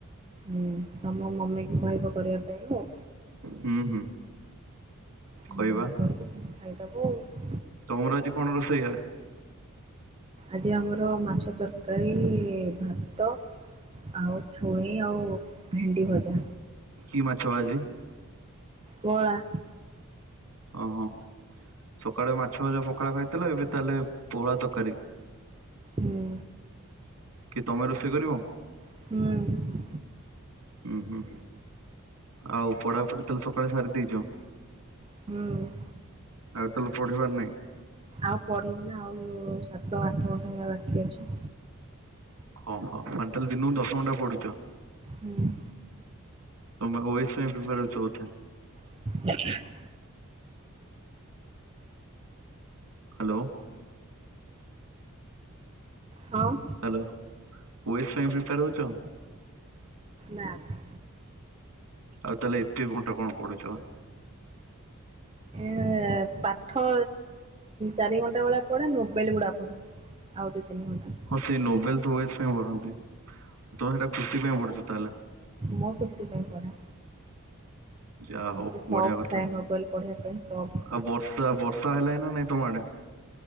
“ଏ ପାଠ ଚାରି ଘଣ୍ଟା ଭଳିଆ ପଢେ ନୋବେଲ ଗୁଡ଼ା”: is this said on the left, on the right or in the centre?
Right